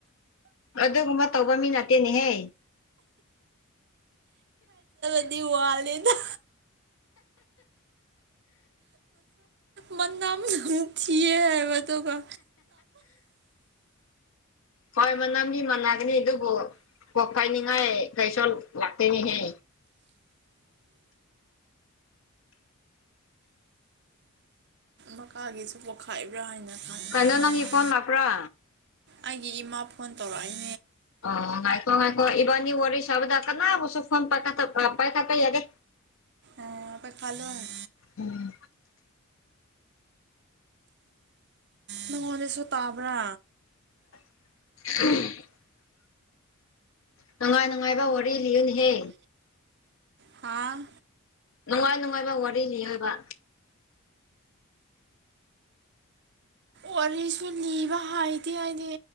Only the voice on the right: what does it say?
ꯀꯗꯤ ꯋꯥꯅꯤꯗ ꯃ ꯑꯃ ꯊ ꯍꯥꯏꯕꯗꯨꯃ
ꯃꯀꯥꯒꯤꯁꯨ ꯄꯣꯛꯈꯥꯏꯕ꯭ꯔꯥ ꯍꯥꯏꯅ ꯈꯟꯕ
ꯑꯩꯗꯤ
ꯑꯩꯒꯤ ꯏꯃꯥ ꯐꯣꯟ ꯇꯧꯔꯛꯑꯦ
ꯑ ꯑꯣꯏ ꯈꯂꯣ ꯍꯥꯏ
ꯅꯪꯉꯣꯟꯗꯁꯨ ꯇꯥꯕ꯭ꯔꯥ
ꯍꯥ
ꯋꯥꯔꯤꯁꯨ ꯂꯤꯕ ꯍꯥꯏꯗꯤꯦ ꯍꯥꯏꯗꯤ